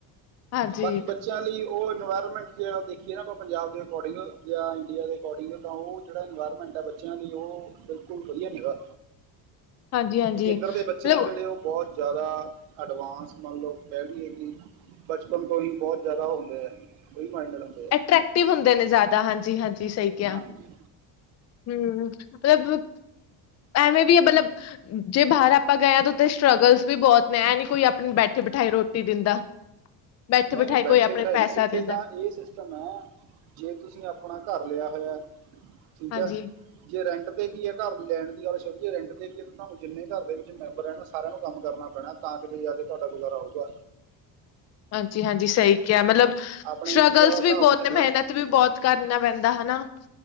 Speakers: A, on the left; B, on the right.
A: ਹਾਂਜੀ
B: ਬਾਕੀ ਬੱਚਿਆਂ ਲਈ ਉਹ ਇਨਵਾਇਰਮੈਂਟ ਜਿਹੜਾ ਉਹ ਦੇਖ। ਖੀ ਇਹ ਨਾ ਉਹ ਪੰਜਾਬ ਦੇ ਅਕੋਡਿੰਗ ਜਾਂ ਇੰਡੀਆ ਦੇ ਅਕੋਡਿੰਗ ਤਾਂ ਉਹ ਜਿਹੜਾ ਇਨਵਾਇਰਮੈਂਟ ਐ ਬੱਚਿਆਂ ਦੀ ਉਹ ਕੋਈ ਵਧੀਆ ਨੀ ਹੈਗਾ
A: ਹਾਂਜੀ ਹਾਂਜੀ
B: ਕਿਉਂਕਿ ਇੱਧਰ ਦੇ ਬੱਚਿਆਂ
A: ਮਤਲਬ
B: ਨੇ ਜਿਹੜੇ ਉਹ ਬਹੁਤ ਜ਼ਿਆਦਾ ਐਡਵਾਂਸ ਮੰਨ ਲਓ। ਕਿਹ ਲਈਏ ਕਿ ਬਚਪਨ ਤੋਂ ਹੀ ਬਹੁਤ ਜ਼ਿਆਦਾ ਹੁੰਦੇ ਐ ਫਰੀ ਮੰਡ ਹੁੰਦੇ ਆ।
A: ਅਟਰੈਕਟਿਵ ਹੁੰਦੇ ਨੇ ਜ਼ਿਆਦਾ ਹਾਂਜੀ-ਹਾਂਜੀ ਸਹੀ ਕਿਹਾ।
B: ਹਾਂਜੀ
A: ਹੂੰ ਮਤਲਬ ਐਵੇਂ ਵੀ ਹੈ ਮਤਲਬ। ਜੇ ਬਾਹਰ ਆਪਾਂ ਗਏ ਹਾਂ ਤਾਂ ਉੱਥੇ ਸਟ੍ਰਗਲਸ ਵੀ ਬੋਤ ਨੇ ਇਹ ਨੀ ਕੋਈ ਆਪਣੇ ਬੈਠੇ ਬਿਠਾਈ ਰੋਟੀ ਦਿੰਦਾ ਬੈਠੇ
B: ਨਈ-ਨਈ
A: ਬਿਠਾਏ
B: ਬੈਠੇ
A: ਕੋਈ ਆਪਣੇ
B: ਬੈਠਾਈਏ
A: ਪੈਸਾ
B: ਇੱਥੇ
A: ਦਿੰਦਾ
B: ਤਾਂ ਇਹ ਸਿਸ ਤਾਂ ਮੈਂ, ਜੇ ਤੁਸੀਂ ਆਪਣਾ ਘਰ ਲਿਆ ਹੋਇਆ ਠੀਕ
A: ਹਾਂਜੀ।
B: ਐ ਜੇ ਰੈਂਟ ਤੇ ਵੀ ਏ ਘਰ ਲੈਣ ਦੀ ਗੱਲ ਸੋਚਿਏ ਰੈਂਟ 'ਤੇ ਵੀ ਐ, ਤੁਹਾਨੂੰ ਜਿੰਨੇ ਘਰ ਦੇ ਵਿੱਚ ਮੈਂਬਰ ਏ ਨਾ ਸਾਰਿਆਂ ਨੂੰ ਕੰਮ ਕਰਨਾ। ਪੈਣਾ ਤਾਂ ਕਿ ਅੱਜ ਤੁਹਾਡਾ ਗੁਜ਼ਾਰਾ ਹੋਊਗਾ।
A: ਹਾਂਜੀ-ਹਾਂਜੀ, ਸਹੀ ਕਿਹਾ ਮਤਲਬ
B: ਆਪਣੇ
A: ਸਟਰਗਲਸ
B: ਇੰਡੀਆ ਵਾਲਾ ਹਿਸਾਬ
A: ਵੀ ਬਹੁਤ
B: ਨਹੀਂ ਹੈਗਾ
A: ਨੇ ਮਿਹਨਤ ਵੀ ਬੋਤ ਕਰਨਾ ਪੈਂਦਾ ਹੈਨਾ।